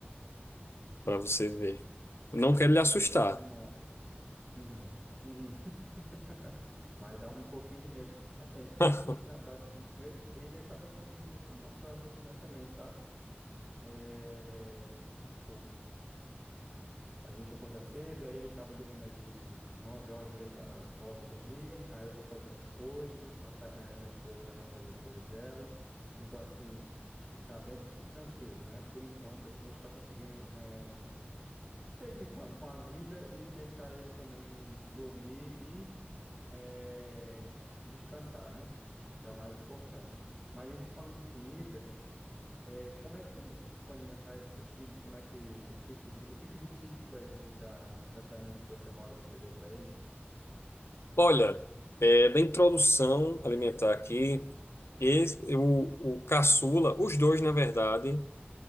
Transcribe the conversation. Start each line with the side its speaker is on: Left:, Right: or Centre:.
Left: para você ver. Eu Não quero lhe assustar.
Right: Nossa. Uhum. Uhum. <laughs> Mas dá um pouquinho de medo. Assim, a gente tem
Left: <laughs>
Right: uma rotina bacana com ele, e ele acaba seguindo meio que a nossa rotina também, sabe? É, tipo, a gente acorda cedo, aí ele acaba dormindo ali nove horas, ele ca- ah, volta a dormir, aí eu vou fazer minhas coisas, a ta- eh, minha esposa, né, vai fazer as coisas dela. Então, assim, tá bem tranquilo, né? Por enquanto, assim, a gente está conseguindo eh, seguir com a, com a vida e deixar ele também dormir e eh, descansar, né? Que é o mais importante. Mas a gente está falando de comida. É, como é que foi a introdução alimentar aí dos seus filhos? Como é que o que, que- o que, que de típico aí de- da, da cidade onde você mora você deu para eles?
Left: Olha, é, da introdução alimentar aqui, esse- o, o caçula, os dois, na verdade,